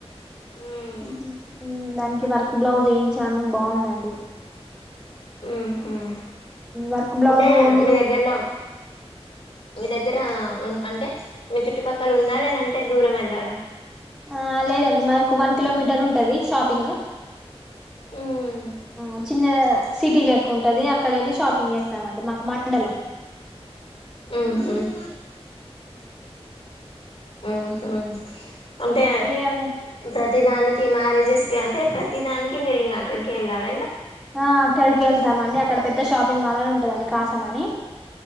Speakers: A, on the left (about 60°); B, in the centre.
A: ఉమ్
B: మ్... దానికి వర్క్ బ్లౌజ్ ఏయించాను బావుందండి
A: మ్... మ్....
B: వర్క్ బ్లౌజ్
A: అంటే
B: ఓన్లీ
A: మీ దగ్గర్లో మీ దగ్గర అంటే మీ చుట్టుపక్కల ఉందా లేదంటే దూరం వెళ్ళాలా
B: ఆ లేదండి మా ఒక వన్ కిలోమీటర్ ఉంటాది షాపింగ్
A: ఉమ్
B: మ్ చిన్న సిటీ లెక్క ఉంటాది అక్కడ ఎళ్ళి షాపింగ్ చేస్తామండి మాకు మండలం
A: మ్ హుమ్ మ్ మ్ అంటే
B: మీరేమన్నా
A: ప్రతి దానికి మ్యారేజెస్ కి అంటే ప్రతి ప్రతి దానికి మీరు ఇంక అక్కడికే ఎళ్ళాలి ఇక
B: ఆ అక్కడికె వెళ్తామండి అక్కడ పెద్ద షాపింగ్ మాల్ అని ఉంటదండి కాసంమని